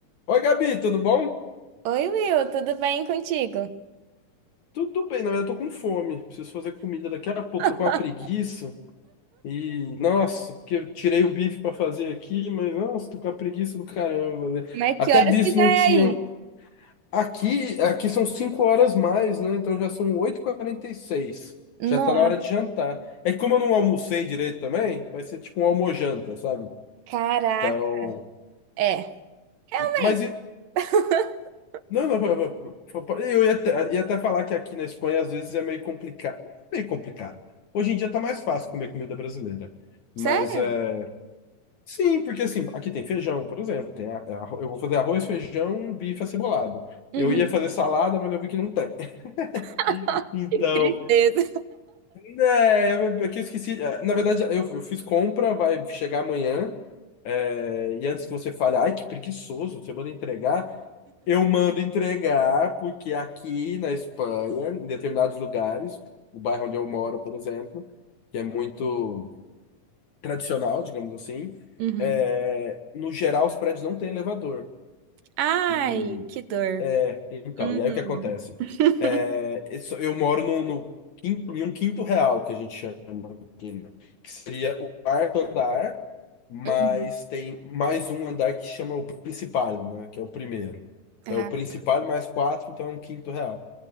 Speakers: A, on the left; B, on the right.
A: Oi, Gabi, tudo bom?
B: Oi, Will, tudo bem contigo?
A: Tudo bem, na verdade eu tô com fome. Preciso fazer comida daqui a pouco,
B: <laughs>
A: tô com uma preguiça. E, nossa, porque eu tirei o bife pra fazer aqui, mas, nossa, tô com a preguiça do caramba. né?
B: Mas
A: Até
B: que horas
A: bife
B: que já
A: não
B: é
A: tinham.
B: aí?
A: Aqui, aqui são 5 horas mais, né? Então já são 8 h seis. Já
B: Nossa,
A: tá na hora de jantar. É que como eu não almocei direito também, vai ser tipo um almojanta, sabe?
B: caraca.
A: Então.
B: É, realmente.
A: Mas e,
B: <laughs>
A: Não, não, pa- pa- pa- eu ia até, ia até falar que aqui na Espanha às vezes é meio complicado. Meio complicado. Hoje em dia tá mais fácil comer comida brasileira. Mas
B: Sério?
A: é. Sim, porque assim, aqui tem feijão, por exemplo. Tem a- a- eu vou fazer arroz, feijão, bife acebolado.
B: Uhum.
A: Eu ia fazer salada, mas eu vi que não tem.
B: <laughs>
A: <laughs> Então,
B: Que tristeza.
A: né, eu- é que esqueci. é, Na verdade, eu, eu fiz compra, vai chegar amanhã. é, e antes que você fale, ai, que preguiçoso, você manda entregar. Eu mando entregar, porque aqui na Espanha, em determinados lugares, o bairro onde eu moro, por exemplo, que é muito tradicional, digamos assim,
B: Uhum.
A: é, no geral os prédios não têm elevador.
B: Ai,
A: E
B: que dor.
A: então,
B: Uhum.
A: e aí o que acontece?
B: <laughs>
A: É, isso- eu moro no, no quin- em um quinto real, que a gente chama aqui, né? Que seria o quarto andar, mas
B: Uhum.
A: tem mais um andar que chama o principal, né? Que é o primeiro. Então
B: Ah,
A: é o principal mais quatro, então é um quinto real.